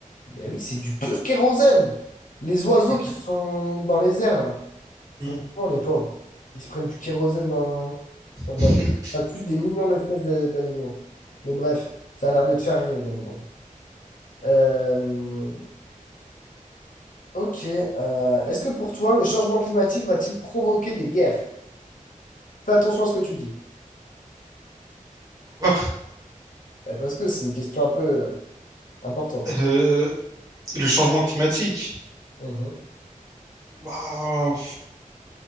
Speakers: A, on the left; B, on the right.
A: Mais oui, c'est du pur kérosène. Les oiseaux
B: Ok.
A: qui sont dans les airs, là, ils
B: Hmm.
A: font comment, les pauvres? Ils se prennent du kérosène dans... Enfin,
B: <laughs>
A: bref, ça tue des millions d'espèces de- d'animaux. Mais bref, ça a l'air de te faire rire, donc bon. Euh, Ok. euh, Est-ce que pour toi, le changement climatique va-t-il provoquer des guerres? Fais attention à ce que tu dis.
B: Quoi?
A: Eh, Parce que c'est une question un peu euh, importante.
B: Euh, le changement climatique?
A: Mhm.
B: Bah,